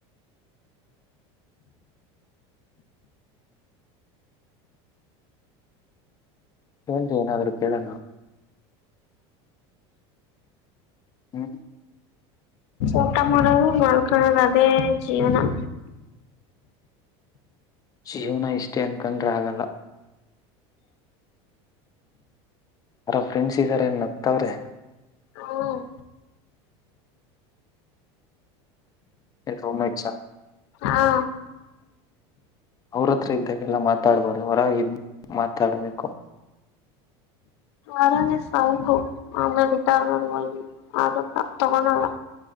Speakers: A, on the left; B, on the left.
A: ಏಜ ಏನ ಅವರು ಕೇಳ್ಣ ಹ್ಮ್
B: ಊಟ ಮಾಡೋದು ಮಲ್ಕಳೋದು, ಅದೇ ಜೀವನ.
A: ಜೀವನ ಇಷ್ಟೇ ಅನ್ಕಂಡ್ರೆ ಆಗಲ್ಲ. ಯಾರ ಫ್ರೆಂಡ್ಸ್ ಇದ್ದಾರೆ? ನಗ್ತವ್ರೆ.
B: ಹ್ಮ್
A: ಎ ರೂಂಮೇಟ್ಸ
B: ಹಾ
A: ಅವ್ರತ್ರ ಇದ್ದಾಗೆಲ್ಲ ಮಾತಾಡ್ಬೋ್ರ ಹೊರಾಗ ಮಾತಾಡ್ಬೇಕು.
B: ಅವರಲ್ಲಿ ಸೌಂಡು ಆಮೇಲೆ ಗಟಗ ಆಗ ತಗೋಳಲ್ಲ.